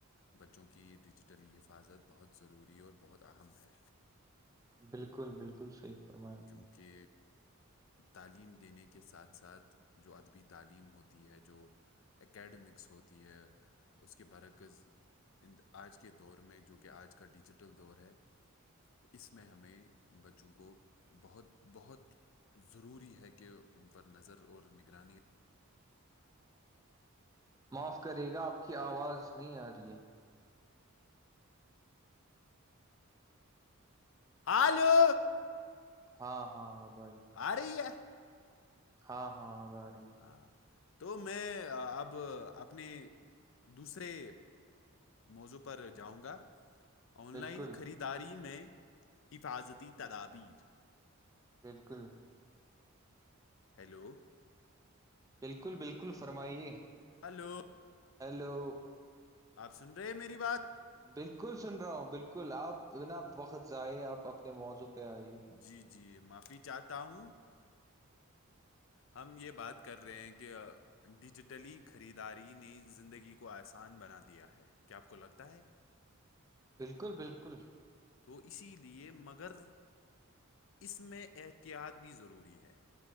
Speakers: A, on the left; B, on the right.
A: بچوں کی ڈیجیٹلی حفاظت بہت ضروری اور بہت اہم ہے
B: بالکل بالکل صحیح فرمایا
A: کیونکہ تعلیم دینے کے ساتھ ساتھ جو ادبی تعلیم ہوتی ہے جو اکیڈمکس ہوتی ہے اس کے برکز ان آج کے دور میں جو کہ آج کا ڈیجیٹل دور ہے اس میں ہمیں بچوں کو بہت بہت ضروری ہے کہ ان پر نظر اور نگرانی
B: معاف کرے گا آپ کی آواز نہیں آ رہی ہے
A: آلو
B: ہاں ہاں بھائی
A: آ رہی ہے
B: ہاں ہاں آ ب رہ ہے
A: ہاں تو میں اب اپنے دوسرے موضوع پر جاؤں گا آن
B: بالکل
A: لائن خریداری میں حفاظتی تدابیر
B: بالکل
A: ہیلو
B: بالکل بالکل فرمائیے
A: ہلو
B: ہیلو
A: آپ سن رہے ہیں میری بات
B: بالکل سن رہا ہوں بالکل آپ بنا وقت ضائع آپ اپنے موضوع پہ آئیے
A: جی جی معافی چاہتا ہوں ہم یہ بات کر رہے ہیں کہ ڈیجیٹلی خریداری نے زندگی کو آسان بنا دیا ہے کیا آپ کو لگتا ہے <inaudible>
B: بالکل بالکل
A: تو اسی لیے مگر اس میں احتیاط بھی ضروری ہے